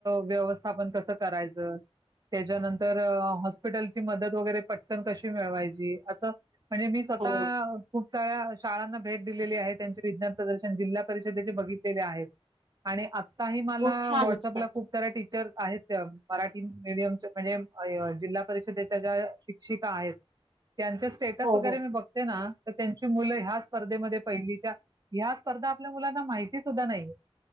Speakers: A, on the right; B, on the right.
A: व्यवथापन कस करायच त्याच्यानंतर तर हॉस्पिटलची मदत वगैरे पटकन कशी मिळवायची असं म्हणजे, मी स्वतः
B: हो.
A: खूप साऱ्या शाळांना भेट दिलेली आहे. त्यांचे विज्ञान प्रदर्शन जिल्हा परिषदेचे बघितलेले आहेत. आणि आता ही मला
B: खूप छान
A: व्हॉट्स
B: असता
A: अप ला खूप साऱ्या टीचर आहेत, मराठी मीडियमचे, म्हणजे जिल्हा परिषदे त्या ज्या शिक्षिका आहेत. त्यांचे स्टेटस
B: हो
A: वगैरे
B: हो
A: मी बघते ना, तर त्यांची मुलं ह्याच मध्ये पहिली. त्या ह्या स्पर्धा आपल्या मुलांना माहित मी सुद्धा नाहीये.